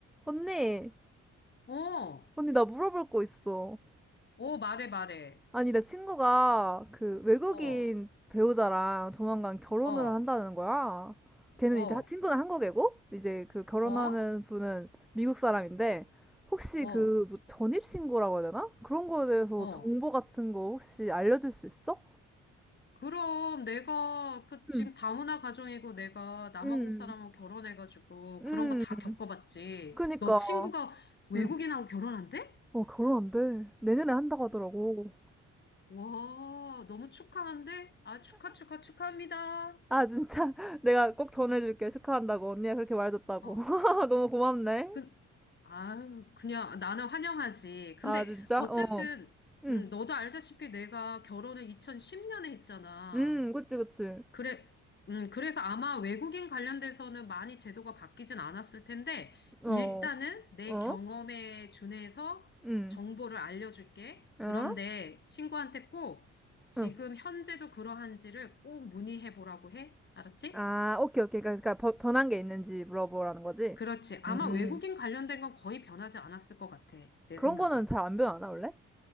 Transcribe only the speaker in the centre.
언니,
언니, 나 물어볼 거 있어.
아니, 내 친구가 그 외국인
배우자랑 조만간 결혼을
한다는 거야. 걔는
이제 하- 친구는 한국애고, 이제 그 결혼하는
분은 미국 사람인데, 혹시
그뭐 전입신고라고 해야 되나? 그런 거에 대해서
정보 같은 거 혹시 알려줄 수 있어?
응,
응,
응,
그니까.
응.
어, 결혼 안 돼. 내년에 한다고 하더라고.
아, 진짜. <laughs> 내가 꼭 전해줄게. 축하한다고. 언니가 그렇게 말해줬다고.
<laughs> 너무 고맙네.
아, 진짜?
어. 응.
응, 그치, 그치.
어.
어?
응.
어?
응.
아, 오케이, 오케이. 그러니까, 그러니까 버- 변한 게 있는지 물어보라는 거지?
음.
그런
거는 잘 안 변하나, 원래?